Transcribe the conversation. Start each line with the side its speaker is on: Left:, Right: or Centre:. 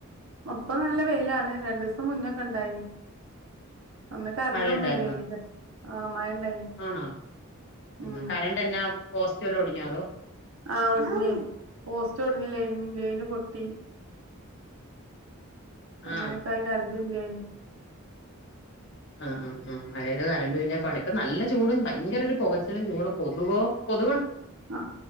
Right: ഒപ്പം നല്ല വെയിലാണ് രണ്ട്സം മുന്നെക്കേ ഒണ്ടായിനി അന്ന് കറണ്ടോന്നും
Left: മഴ ഉണ്ടായിരുന്നോ
Right: ഇല്ല്യായിനി <unintelligible> ആാ മഴ ഇണ്ടായിനി
Left: ആണോ
Right: ഉം
Left: ആ കരണ്ടേല്ലാം പോസ്റ്റല്ലോം ഓടി ഞ്ഞോ തോ
Right: ആാ ഒടിഞ്ഞേ പോസ്റ്റ് ഒടിഞ്ഞ് ലൈൻ ലൈന് പൊട്ടി അങ്ങനെക്കായി
Left: ആഹ്
Right: ക ഇല്ലെനി
Left: ആഹ് ആഹ് ആഹ <unintelligible> കരണ്ടു ബില്ല് അട ഇപ്പം നല്ല ചൂടും ഭയങ്കര ഒര് പൊകച്ചിലും ചൂടും കൊതുവോ കൊത്
Right: ആ